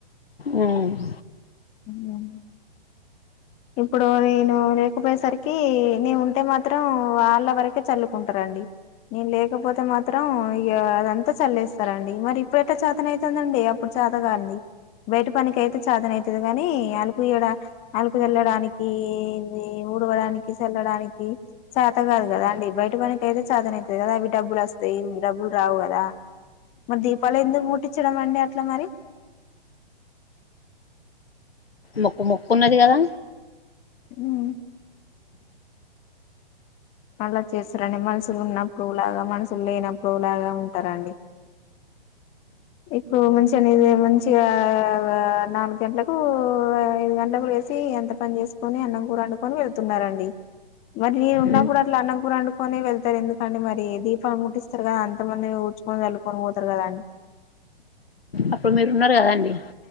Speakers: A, on the left; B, on the left.
A: ఉమ్
B: ఉమ్ ఇప్పుడు నేను లేకపోయేసరికి ఎన్ని ఉంటే మాత్రం వాళ్ళ వరకే చల్లుకుంటార అండి. నేను లేకపోతే మాత్రం అంతట చల్లేస్తారండి. మరి ఇప్పుడెట్లా చాతన అవుయితుందాండి. అప్పుడు చాతగాంది బయట పనికి అయితే చాతన అవుతుంది కాని అలుకు ఇడ అలు వెళ్ళడానికి ఇవి ఊడవడానికి చల్లడానికి చేత కాదు కదా అండి. బయట పనికి అయితే చేతన అవుతుంది కదా అవి డబ్బులు వస్తాయి ఇవి డబ్బులు రావు కదా. మరి దీపాలు ఎందుకు ముట్టించడం అండి అట్లా మరి.
A: మొక్కు మొక్కు ఉన్నది కదా.
B: ఉమ్ అలా చేస్తారండి మనుషులు ఉన్నప్పుడు ఓ లాగా మనుషులు లేనప్పుడు ఓ లాగా ఉంటారండి. ఇప్పుడు మంచిగానేది మంచిగా నాలుగు గంటలకు ఐదు గంటలకు లేసి అంత పని చేసుకొని అన్నం కూర వండుకొని వెళ్తున్నారండి మరి నేను ఉన్నప్పుడు
A: మ్
B: ఇట్లా అన్నం కూర వండుకొని వెళ్తారు. ఎందుకండి మరి దీపాం ముట్టిస్తారు. కదా అంత మంది ఊడ్చుకుని చల్లుకొని పోతారు కదండి.
A: అప్పుడు మీరు. ఉన్నారు కదాండి.